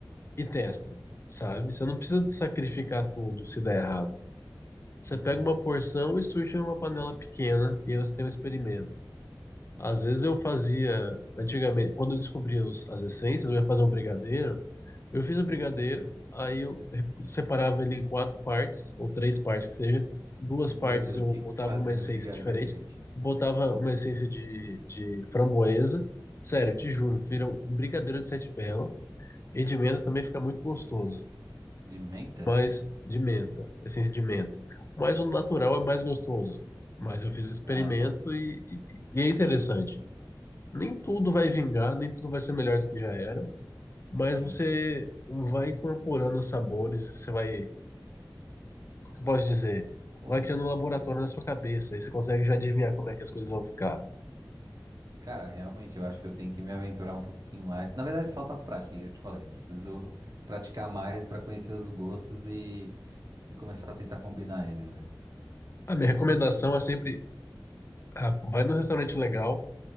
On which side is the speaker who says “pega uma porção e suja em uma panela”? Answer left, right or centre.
Left